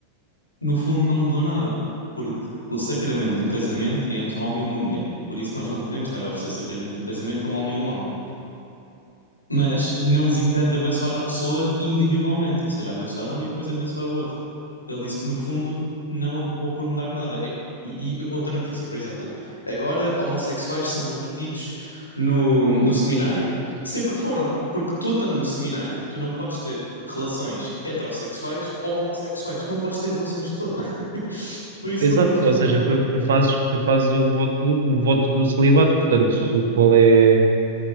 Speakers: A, on the left; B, on the right.
A: No fundo, não mudou nada, porque o sacramento do casamento é entre um homem e uma mulher. Por isso, nós não podemos estar a oferecer o sacramento do casamento a um homem e um homem. Mas não nos impede de abençoar a pessoa individualmente, ou seja, abençoar um e depois abençoar o outro ele disse que no fundo não acabou por mudar nada. É- e, e outra notícia, por exemplo, agora homossexuais são admitidos no, no seminário. Sempre foram, porque tu estando no seminário, tu não podes ter relações heterossexuais ou homossexuais, não podes ter relações de todas. <laughs> Por isso,
B: Exato,
A: no, no fundo,
B: ou seja,
A: não mudou
B: tu,
A: nada.
B: tu fazes, tu fazes o voto, o voto do celibato, portanto, se- qual é,